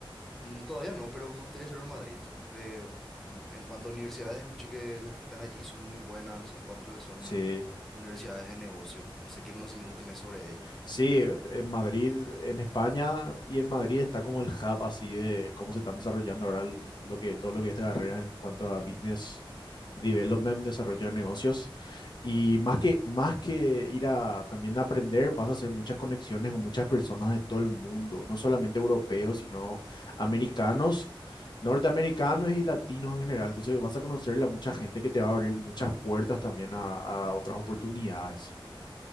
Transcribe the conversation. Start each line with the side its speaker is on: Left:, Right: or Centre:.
Centre: Mm, Todavía no, pero me gustaría hacerlo en Madrid. Eh, mm, en cuanto a universidades, escuché que las que están allí son muy buenas en cuanto a lo que son
Left: Sí.
Centre: universidades de negocio. No sé qué conocimiento tenés sobre ello.
Left: Sí, en Madrid, en España y en Madrid está como el hub así de cómo se están desarrollando ahora el- lo que, todo lo que es esta carrera en cuanto a business development, desarrollo de negocios. Y más que, más que ir a también a aprender, vas a hacer muchas conexiones con muchas personas de todo el mundo, no solamente europeos, sino americanos, norteamericanos y latinos en general. Entonces vas a conocerle a mucha gente que te va a abrir muchas puertas también a a otras oportunidades.